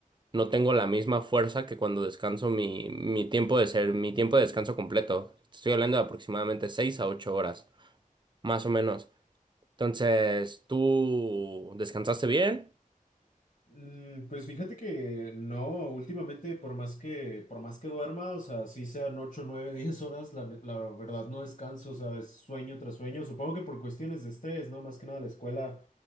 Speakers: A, on the right (about 35°); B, on the left (about 65°).
A: no tengo la misma fuerza que cuando descanso mi, mi tiempo de ser, mi tiempo de descanso completo. Estoy hablando de aproximadamente 6 a 8 horas, más o menos. Entonces, ¿tú descansaste bien?
B: Mm, Pues fíjate que no, últimamente por más que, por más que duerma, o sea, sí sean 8 9 <laughs> 10 horas, la, ne- la verdad no descanso, o sea, es sueño tras sueño, supongo que por cuestiones de estrés, ¿no? Más que nada la escuela,